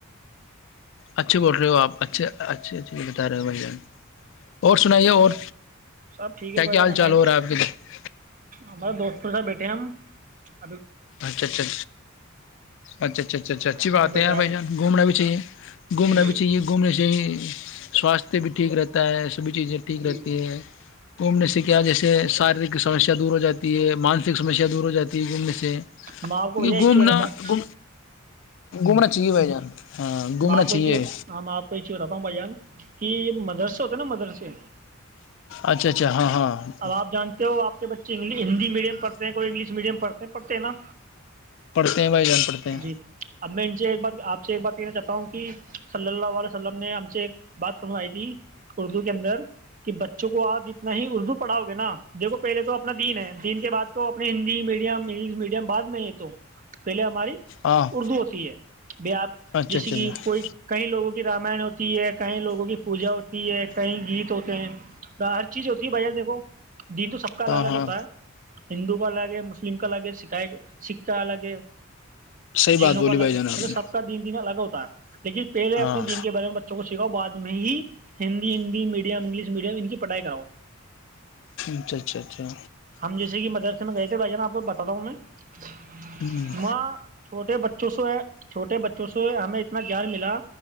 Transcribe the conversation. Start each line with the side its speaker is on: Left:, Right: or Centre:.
Left: اچھے بول رہے ہو آپ اچھے اچھے اچے بتا رہے ہو بھائی جان اور سنائیے اور
Right: سب ٹھیک
Left: کیا
Right: ہے
Left: کیا
Right: بھائی جان
Left: حال
Right: ہمارے
Left: چال ہو رہا ہے آپ کے ادھر
Right: ہمارے دوستوں ساتھ بیٹھے پم <unintelligible>
Left: اچھا اچھا اچھا اچھا اچھا اچھا اچھا اچھی
Right: ابھی
Left: بات
Right: بازار
Left: ہے یار بھائی
Right: میں
Left: جان گھومنا بھی چاہیے گھومنا
Right: جی
Left: بھی چاہیے گھومنا چاہیے سواستھ بھی ٹھیک رہتا ہے سبھی چیزیں ٹھیک
Right: جی
Left: رہتی ہے گھومنے سے کیا جیسے شاری سسیا دور ہو جاتی ہے مانسک سمسیا دور ہو جاتی ہے گومنے سے
Right: میں آپ کو
Left: کی
Right: بھیا ایک
Left: گومنا
Right: چیز بتاتا ہوں
Left: گ گھومنا چاہیے بائی جان ہاں گھومنا
Right: م
Left: چاہیے
Right: پچ آ م پچی رتم بیاں کہ یہ مدرسے ہوتے نا مدرسے
Left: اچھا اچھا ہاں ہاں
Right: اب آپ جانتے ہو آپ کے بچے انگ ہندی میڈیم پڑھتے ہیں کوئی انگلش میڈیم پڑھتے ہیں پڑتے ہیں نا
Left: پڑھتے ہیں <unintelligible> ہیں
Right: جی اب میں ان سے ایک بات آپ سے ایک بات <unintelligible> کہنا چاہتا ہوں کہ صلی اللہ علیہ وسلم نے ہم سے ایک بات سنوائی تھی اردو کے اندر کہ بچوں کو آپ اتنا ہی اردو پڑھاؤ گے نا دیکھو پہلے تو اپنا دین ہے دین کے بعد کو اپنے ہندی میڈیم انگلش میڈیم بعد میں یہ تو پہلے ہماری
Left: ہاں
Right: اردو ہوتی ہے بھی آپ
Left: اچھا
Right: جیسے
Left: اچھا
Right: کہ
Left: اچھا
Right: کوئی کئی لوگوں کے رامان ہوتی <inaudible> ہوتی ہے کہیں لوگوں کی پوجا ہوتی ہے کہیں گیت ہوتے ہیں ہر چیز ہوتی ہے بھایی جان دیکھو دین تو سب کا الگ
Left: ہاں
Right: الگ
Left: ہاں
Right: ہوتا ہے ہندو کا الگ ہے مسلم کا الگ ہے سکھ سکھ کا الگ ہے
Left: صحیح
Right: جنوں
Left: بات بولی
Right: کا الگ
Left: بھائی جان آپ
Right: چلو سب
Left: نے
Right: کا دین دین الگ ہوتا ہے لیکن پہلے
Left: ہاں
Right: اپنے دین کے بارے میں بچوں کو بعد میں ہی Hindi Hindi medium English medium ان کی پڑھائی کراؤ
Left: اچھا اچھا اچھا
Right: ہم جیسے کہ مدرسے میں گئے تھے بھائی جان آپ کو بتاتا ہوں میں <unintelligible>
Left: ہ
Right: بچوں سے ہے چھٹے بچوں سے ہمیں اتنا گیان ملا